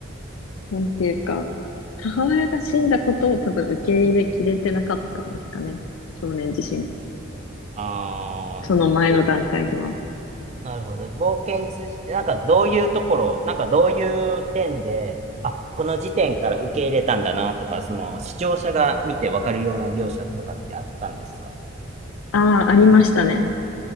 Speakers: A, on the left (about 80°); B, on the right (about 35°).
A: なんていうか、母親が死んだことを多分受け入れきれてなかったんですかね。少年自身。
B: ああーで、
A: その前の段階では。
B: なるほど。冒険通じて、なんかどういうところ、なんかどういう点で、あ、この時点から受け入れたんだなとか、その視聴者が見てわかるような描写とかってあったんですか
A: ああ、ありましたね。